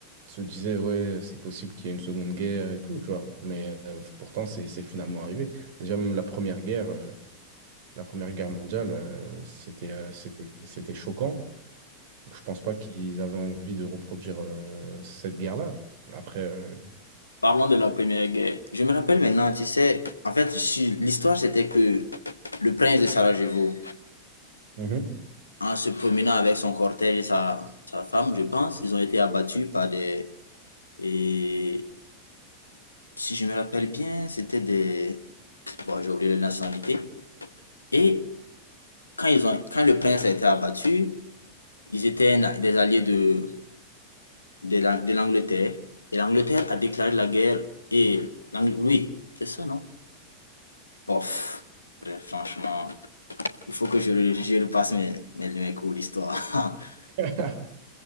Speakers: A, on the right; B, on the left.
A: se disaient, ouais, c'est possible qu'il y ait une seconde guerre et tout, tu vois. Mais euh, pourtant, c'est c'est finalement arrivé. Déjà, même la première guerre, euh, la première guerre mondiale, euh, c'était euh, c'était, c'était choquant. Donc, je pense pas qu'ils avaient envie de reproduire euh, cette guerre-là. Après, euh,
B: Parlons de la Première Guerre. Je me rappelle maintenant, tu sais, en fait, sur- l'histoire c'était que le prince de Sarajevo,
A: mhm.
B: en se promenant avec son cortège et sa, sa femme, je pense, ils ont été abattus par des... Et si je me rappelle bien, c'était des... Bon, j'ai oublié la nationalité. Et quand, ils ont, quand le prince a été abattu, ils étaient na- des alliés de, de l'Angleterre. Et l'Angleterre a déclaré la guerre. Et l'Ang- oui, c'est ça, non? Bof. Bref, franchement, il faut que je, je repasse mes, mes, mes cours d'histoire. <laughs>
A: <laughs>